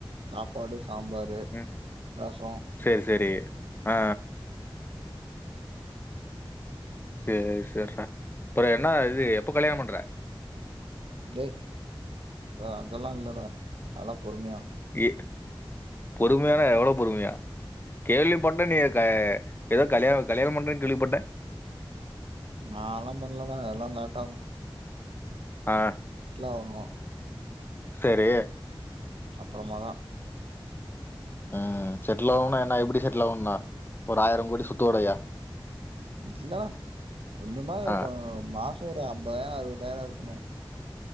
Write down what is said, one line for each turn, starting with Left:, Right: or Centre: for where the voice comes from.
Right: சாப்பாடு சாம்பாரு
Left: ம்
Right: ரசோ
Left: சேரி சரி ஆ சேரி சரிட அப்பறோ என்ன இது எப்போ கல்யாணோ பண்ற
Right: டே அதெல்லா இல்லடா அதுலா பொறுமையா
Left: ஏ பொறுமையானா எவ்ளோ பொறுமையா கேள்விப்பட்டே நீ க எதோ கல்யாணோ கல்யாணோ பண்றேன்னு கேள்விப்பட்டே
Right: நாலா பண்லடா எல்லா லேட்டாகு
Left: ஆ
Right: ஆகணு
Left: செரி
Right: அப்றோமாதா
Left: ம் செட்டுல் ஆவனுனா என்ன எப்டி செட்டுல் ஆவனுனா ஒரு ஆயிரோ கோடி சொத்தோடையா
Right: இல்லா கொஞ்சமா
Left: ஆ
Right: மா மாசோ ஒரு அம்பதாயிரோ அறுவதாயிரோ இருக்கணு